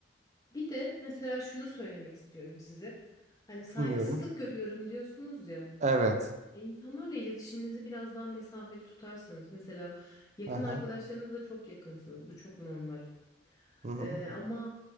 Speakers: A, on the left; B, on the right.
A: Bir de mesela şunu söylemek istiyorum size. Hani saygısızlık
B: dinliyorum.
A: görüyorum diyorsunuz ya.
B: Evet.
A: E, İnsanlarla iletişiminizi biraz daha mesafeli tutarsanız, Mesela yakın
B: Hı hı.
A: arkadaşlarınızla çok yakınsınız. Bu çok normal.
B: Hı hı.
A: E, ama